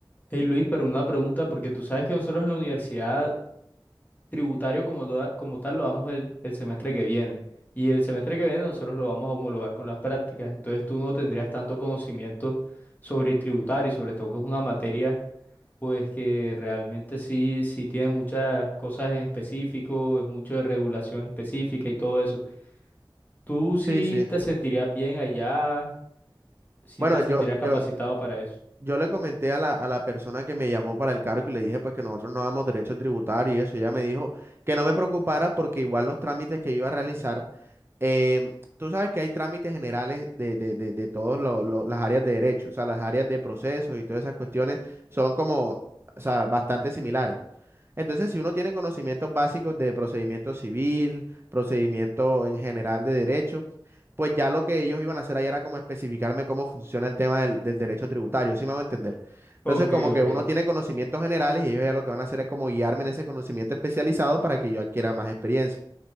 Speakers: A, on the left; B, on the right.
A: Hey Luis, pero una pregunta, porque tú sabes que nosotros en la universidad tributario como, toda- como tal lo damos el, el semestre que viene, y el semestre que viene nosotros lo vamos a homologar con las prácticas, entonces tú no tendrías tanto conocimiento sobre tributario, y sobre todo que es una materia Pues que realmente sí, sí tiene muchas cosas en específico, es mucho de regulación específica y todo eso. ¿Tú sí
B: Sí, sí.
A: te sentirías bien allá? ¿Sí
B: Bueno,
A: te
B: yo,
A: sentirías capacitado
B: yo,
A: para eso?
B: yo le comenté a la, a la persona que me llamó para el cargo y le dije pues que nosotros no damos derecho tributario y eso. y Ella me dijo que no me preocupara porque igual los trámites que iba a realizar Em, tú sabes que hay trámites generales de, de, de, de todas las áreas de derecho, o sea, las áreas de procesos y todas esas cuestiones son como, o sea, bastante similares. Entonces, si uno tiene conocimientos básicos de procedimiento civil, procedimiento en general de derecho, pues ya lo que ellos iban a hacer ahí era como especificarme cómo funciona el tema del, del derecho tributario, ¿sí me va a entender? Entonces,
A: Ok,
B: como
A: ok.
B: que uno tiene conocimientos generales y ellos ya lo que van a hacer es como guiarme en ese conocimiento especializado para que yo adquiera más experiencia.